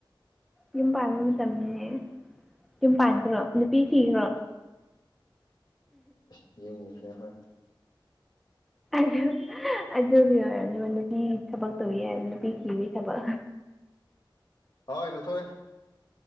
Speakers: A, in the centre; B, on the left.
A: ꯌꯨꯝ ꯄꯥꯟꯕ ꯃꯇꯝꯅꯤꯅꯦ ꯌꯨꯝ ꯄꯥꯟꯈ꯭ꯔꯣ ꯅꯨꯄꯤ ꯊꯤꯈ꯭ꯔꯣ
B: <unintelligible>
A: ꯑꯗꯨ ꯑꯗꯨꯒꯤ ꯑꯣꯏꯔꯝꯅꯤꯕ ꯅꯨꯄꯤ ꯊꯕꯛ ꯇꯧꯋꯦ ꯍꯥꯏ ꯅꯨꯄꯤ ꯊꯤꯕꯩ ꯊꯕꯛ
B: ꯍꯣꯏ ꯂꯧꯊꯣꯛꯑꯦ